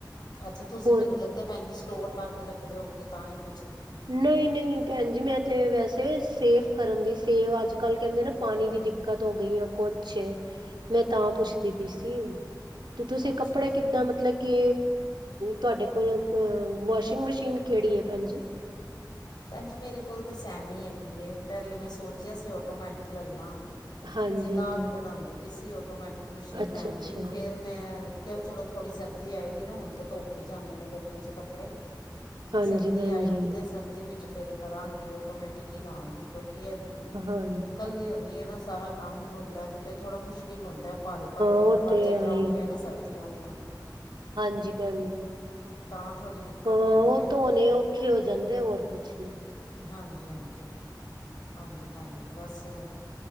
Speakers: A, on the left (about 70°); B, on the right (about 85°).
A: ਅੱਛਾ ਤੁਸੀ
B: ਹੋਰ
A: ਮੈਨੂੰ ਲੱਗਦਾ ਪੈਂਨ ਜੀ ਸਟੋਰ ਕਾਰਕੇ ਰੱਖਦੇ ਹੋਵੋਗੇ ਤਾਂ ਈ ਪੁੱਛ
B: ਨਈ, ਨਈ ਪੈਂਜ ਜੀ ਮੈਂ ਤੇ ਵੈਸੇ ਸੇਫ ਕਰਨ ਦੀ ਸੇਵ ਅੱਜ-ਕੱਲ ਕੈਂਦੇ ਨਾ ਪਾਨੀ ਦੀ ਦਿੱਕਤ ਹੋ ਗਈ ਆ ਕੋਛ ਏ ਮੈਂ ਤਾਂ ਪੁੱਛਦੀ ਪੀ ਸੀ। ਤੇ
A: ਹੋ
B: ਤੁਸੀ‌
A: ਅੱਛਾ
B: ਕੱਪੜੇ
A: ਅੱਛਾ
B: ਕਿੱਦਾਂ ਮਤਲਬ ਕੀ ਤੋਆਡੇ ਕੋਲ ਵਾਸ਼ਿੰਗ ਮਸ਼ੀਨ ਕੇੜੀ ਏ ਪੈਂਨ ਜੀ।
A: ਪੈਂਨ ਜੀ ਮੇਰੇ ਕੋਲ ਤਾਂ ਸੈਮੀ ਹੈਗੀ ਏ ਪੈਲੇ ਮੈਂ ਸੋਚਿਆ ਸੀ ਓਟੋਮੈਟਿਕ ਲੈਲਾਂ।
B: ਹਾਂਜੀ
A: ਸਲਾਅ
B: ਹਾਂਜੀ
A: ਵੀ ਬਨਾਦੀ ਪੀ ਸੀ ਓਟੋਮੈਟਿਕ ਮਸ਼ੀਨ
B: ਅੱਛਾ
A: ਲੈਨ
B: ਅੱਛਾ
A: ਦੀ, ਫੇਰ ਮੈਂ ਕਆ ਚਲੋ ਥੋੜੀ ਸਰਦੀ ਆਏਗੀ ਨਾ ਹੋਨ ਤੇ ਧੋਪ ਈ ਜਾਂਦੇ ਨੇ ਗਰਮੀ ਚ ਕੱਪੜੇ
B: ਹਾਂਜੀ
A: ਸਰਦੀ
B: ਭੈਣ
A: ਆਏਗੀ
B: ਜੀ
A: ਤੇ ਸਰਦੀ ਵਿੱਚ ਫਿਰ ਕਰਾਂਗੀ ਓਟੋਮੈਟਿਕ‌ ਈ ਲਾਂਗੀ ਕਉਂ <unintelligible>
B: ਹਾਂ ਹਾਂ
A: ਕੱਲੀ ਹੁਨੀ ਨਾ ਸਾਰਾ ਕੰਮ ਹੁੰਦਾ ਤੇ ਫੇਰ ਥੋੜਾ ਮੁਸ਼ <unintelligible> ਹੁੰਦਾ ਭਾਰੇ, ਭਾਰੇ ਕੰਬਲ
B: ਉਹ ਤੇ
A: ਚਦਰਾਂ
B: ਹੈ ਹੀ
A: ਹੋਂਦੀਆ
B: ਹੈ।
A: ਨਾ ਸਰਦੀ ਦੀਆਂ।
B: ਹਾਂਜੀ ਭੈਣ ਜੀ
A: ਤਾਂ ਥੋੜ੍ਹੀ ਦਿੱਕਤ
B: ਹਾਂ
A: ਹੁੰਦੀ
B: ਓ
A: ਹੈ
B: ਧੋਨੇ ਓਖੇ ਹੋ ਜਾਂਦੇ ਹੋਰ ਕੁਛ ਨੀ।
A: ਹਾਂਜੀ-ਹਾਂਜੀ- ਹਾਂਜੀ, ਭੈਣ ਜੀ ਬਸ।